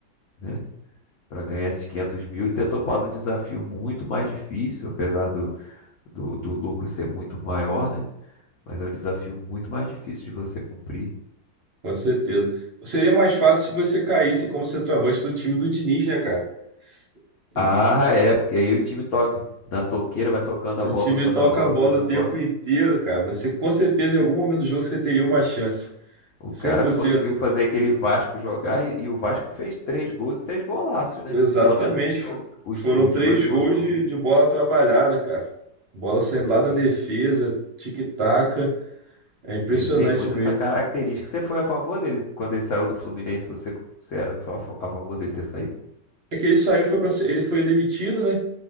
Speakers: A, on the left; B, on the right.
A: né? Para ganhar esses 500 mil e ter topado um desafio muito mais difícil, apesar do do, do lucro ser muito maior, né? Mas é um desafio muito mais difícil de você cumprir.
B: Com certeza. Seria mais fácil se você caísse como centroavante do time do Diniz, né, cara? O,
A: Ah, é, porque aí o time toca na toqueira, vai tocando a
B: o
A: bola,
B: time
A: tocando
B: toca
A: a bola,
B: a
A: tocando
B: bola o
A: a
B: tempo
A: bola.
B: inteiro, cara. Você com certeza em algum momento do jogo você teria uma chance.
A: O
B: cem
A: cara
B: por
A: conseguiu
B: cento.
A: fazer aquele Vasco jogar e, e o Vasco fez três gols e três golaços, né?
B: Exatamente.
A: Pelo menos os, que eu- os,
B: Foram
A: os
B: três
A: dois gols
B: gols
A: que
B: de,
A: eu vi,
B: de bola trabalhada, cara. Bola saindo
A: o Diniz,
B: lá da defesa, tic-taca. É impressionante
A: ele tem muito
B: mesmo.
A: essa característica. Você foi a favor dele quando ele saiu do Fluminense? Você, você era a fa- a favor dele ter saído?
B: É que ele saiu, foi para ele foi demitido, né?